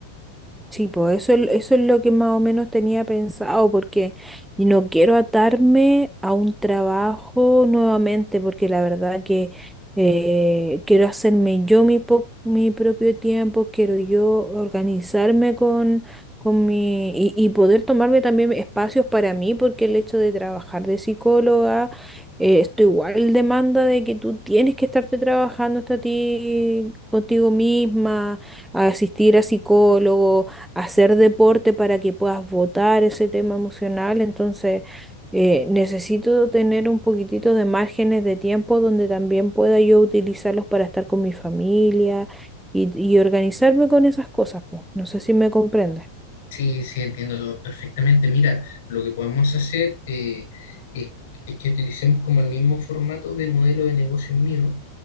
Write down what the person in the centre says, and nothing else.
Sí, pues eso, es- eso es lo que más o menos tenía pensado, porque no quiero atarme a un trabajo nuevamente, porque la verdad que eh, quiero hacerme yo mi, po- mi propio tiempo, quiero yo organizarme con, con mi y, y poder tomarme también espacios para mí, porque el hecho de trabajar de psicóloga, eh, esto igual demanda de que tú tienes que estarte trabajando hasta ti, contigo misma, asistir a psicólogos hacer deporte para que puedas votar ese tema emocional. Entonces, eh, necesito tener un poquitito de márgenes de tiempo donde también pueda yo utilizarlos para estar con mi familia y, y organizarme con esas cosas, po. No sé si me comprendes.